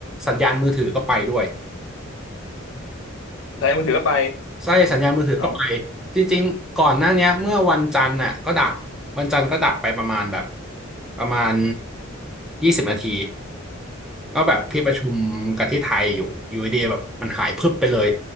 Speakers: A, in the centre; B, on the left.
A: สัญญาณมือถือก็ไปด้วย
B: ใช้มือถือก็ไป
A: ไส้สัญญาณมือถือก็ไป
B: เอ้า
A: จริงๆก่อนหน้าเนี้ยเมื่อวันจันทร์น่ะก็ดับวันจันทร์ก็ดับไปประมาณแบบประมาณยี่สิบนาทีก็แบบพี่ประชุมกับที่ไทยอยู่อยู่ดีๆแบบมันหายพรึบไปเลย
B: โอ้โห